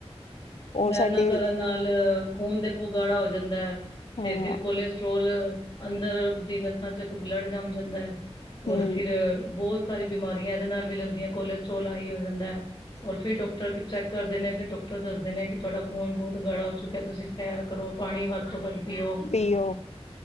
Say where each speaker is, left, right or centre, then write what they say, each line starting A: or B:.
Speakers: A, on the left (about 80°); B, on the left (about 35°).
A: ਉਹ
B: ਸੈਰ
A: ਸਾਡੇ
B: ਨਾ ਕਰਨ ਨਾਲ਼ ਖੂਨ ਦੇਖੋਂ ਗਾੜਾ ਹੋ ਜਾਂਦਾ ਐ।
A: ਹਾਂ
B: ਤੇ ਫ਼ਿਰ ਕੋਲੇਸਟਰ੍ਰੋਲ ਅੰਦਰ ਦੀ ਨਸਾਂ ਚ ਬਲੱਡ ਜੰਮ ਜਾਂਦਾ ਔਰ
A: ਹਮ
B: ਫ਼ਿਰ ਬੋਤ ਸਾਰੀਆ ਬਿਮਾਰੀਆਂ ਏਦੇ ਨਾਲ਼ ਵੀ ਲੱਗਦੀਆਂ ਕੋਲਸਟ੍ਰੋਲ ਹਾਈ ਹੋ ਜਾਂਦਾ ਔਰ ਫ਼ੇਰ ਡਾਕਟਰ ਚੈੱਕ ਕਰਦੇ ਨੇ ਫ਼ੇਰ ਡਾਕਟਰ ਦੱਸਦੇ ਨੇ ਕਿ ਤੁਹਾਡਾ ਖੂਨ ਬਹੁਤ ਗਾੜਾ ਹੋ ਚੁੱਕਿਆਂ ਤੁਸੀਂ ਸੈਰ ਕਰੋ। ਪਾਣੀ ਵੱਧ ਤੋਂ ਵੱਧ ਪੀਓ,
A: ਵੀ ਉਹ